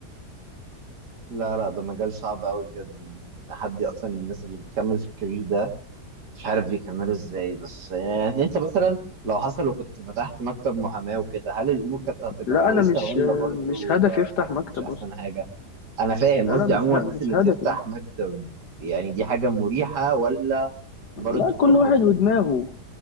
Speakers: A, on the right; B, on the left.
A: لا لا ده مجال صعب قوي بجد ان حد اصلا الناس اللي بتكمل في الكارير ده مش عارف بيكملوا ازاي بس يعني انت مثلا لو حصل وكنت فتحت مكتب محاماة وكده هل الامور كانت هتبقى
B: لا
A: كويسة
B: انا مش
A: ولا برضه
B: مش هدف يفتح
A: كانت
B: مكتب
A: مش احسن
B: اصلا
A: حاجة انا فاهم
B: لا
A: قصدي
B: لا مش
A: عموما
B: ه...
A: الناس
B: مش
A: اللي
B: هدف
A: بتفتح
B: يعني
A: مكتب يعني دي حاجة مريحة ولا برضه
B: لا كل
A: فرهضة
B: واحد ودماغه